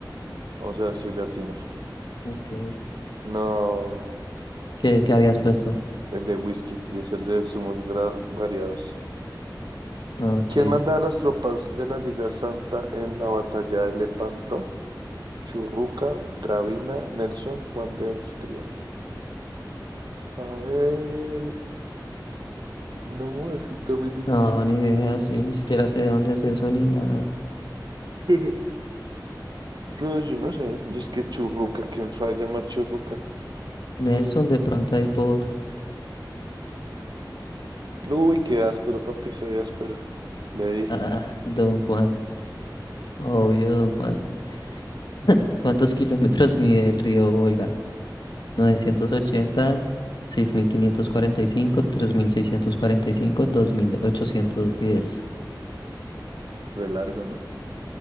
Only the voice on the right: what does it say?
Vamos a ver si le atino.
No,
el de whisky y es el de zumos gra- variados.
¿Quién mandaba las tropas de la Liga Santa en la batalla de Lepanto? Churruca, Gravina, Nelson, Juan de Austria. A ver, no, eso está muy difícil.
<laughs> No, yo no sé. Dice que Churruca, ¿quién se va a llamar Churruca?
Uy, qué áspero, papi, soy áspero. Le di.
Re largo, ¿no?